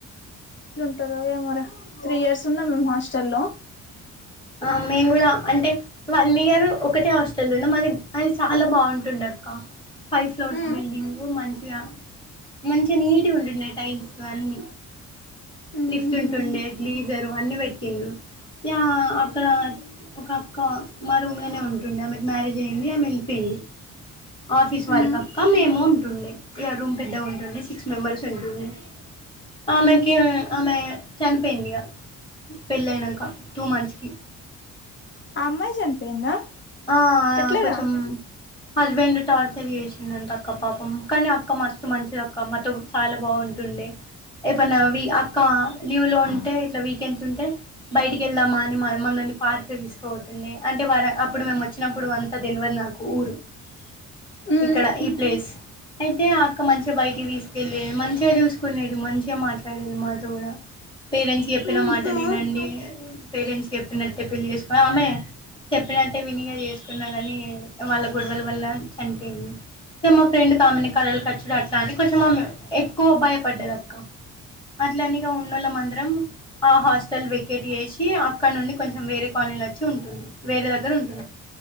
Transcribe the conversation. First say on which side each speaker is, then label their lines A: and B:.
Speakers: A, on the left (about 40°); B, on the left (about 15°).
A: ఎట్లుంటారు ఏమోరే త్రీ ఇయర్స్ ఉన్నా మేము హాస్టల్ లో
B: ఆ మేమ్ కూడా అంటే వన్ ఇయర్ ఒకటే హాస్టల్ ఉండమంది అది చాలా బాగుంటుండ అక్క ఫైవ్ ఫ్లోర్స్
A: ఉమ్
B: బిల్డింగ్ మంచిగా మంచి నీట్ గా ఉంటుండే టైమ్స్ అన్నీ
A: ఉహు
B: లిఫ్ట్ ఉంటుండే గ్లీజరు అన్ని పెట్టిండు యా అక్కడ ఒక అక్క మా రూమ్ లోనే ఉంటుంది ఆమె మ్యారేజ్ అయి వెళ్ళిపోయింది ఆఫీస్ వర్క్
A: ఉమ్
B: అక్క మేము ఉంటుండే ఈ రూమ్ పెద్దగా ఉంటుండే సిక్స్ మెంబర్స్ ఉంటుంది ఆమెకి
A: ఉమ్
B: ఆమె చనిపోయింది గా పెళ్లయినాక టూ మంత్స్ కి
A: ఆ అమ్మాయి చనిపోయిందా
B: ఆ
A: ఎట్లరా
B: కొంచెం హస్బెండ్ టార్చర్ చేసిండు అంట అక్క పాపం కానీ అక్క మస్తు మంచిది అక్క మాతో బాగా చాలా బాగుంటుండే ఏమన్నా అవి ఆయా లీవ్ లో ఉంటే ఇట్లా వీకెండ్స్ ఉంటే బయటికి వెళ్దామా అని మా పార్క్కి తీసుకుపోతుంటే అంటే వారు అప్పుడు వారు మేము వచ్చినప్పుడు అంత తెల్వదు నాకు ఊరు
A: ఉమ్
B: ఇక్కడ ఈ ప్లేస్ అయితే ఆ అక్క మంచిగా బయటికి తీసుకెళ్లేది మంచిగా చూసుకునేడు మంచిగా మాట్లాడు అదే అనేది మాతో కూడా పేరెంట్స్ చెప్పిన
A: ఉహు
B: మాట వినండి పేరెంట్ చెప్పినట్టు పెళ్లి చేసుకుంది ఆమె నేనంటే విని చేసుకున్నా కాని వాళ్ళ గొడవల వల్ల చనిపోయింది మా ఫ్రెండ్ కామెని కలలు ఖర్చుడు అట్లా అని కొంచెం ఎక్కువ భాయపడ్డద అక్క అట్లన్నీగా ఉన్నోళ్లందరం ఆ హాస్టల్ వెకేట్ చేసి అక్కడ నుంచి వేరే కాలనీలో ఉంటున్నాం దగ్గరుండి